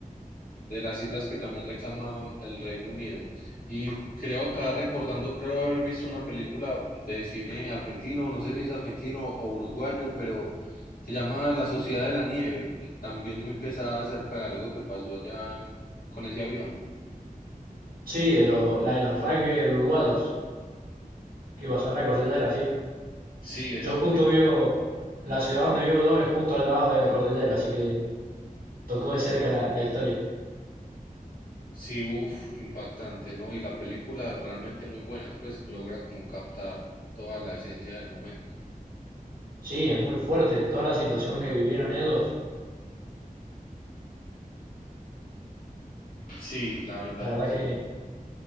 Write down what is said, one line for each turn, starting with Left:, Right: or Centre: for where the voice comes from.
Left: de las islas que también reclama el Reino Unido. Y creo acá recordando, creo haber visto una película de cine argentino, no sé si es argentino o uruguayo, pero se llama La Sociedad de la Nieve y también muy pesada acerca de algo que pasó allá en- con ese avión.
Right: Sí, de lo- la de los rugby uruguayos que pasó en la cordillera, sí.
Left: Sí, esa
Right: Yo justo
Left: película.
Right: vivo, la ciudad donde vivo yo es justo al lado de la cordillera, así que tocó de cerca la, la historia.
Left: Sí, uff, impactante, ¿no? Y la película realmente muy buena, pues logra como captar toda la esencia del momento.
Right: Sí, es muy fuerte toda la situación que vivieron ellos.
Left: Sí, la verdad
Right: La
Left: que
Right: verdad
Left: sí.
Right: que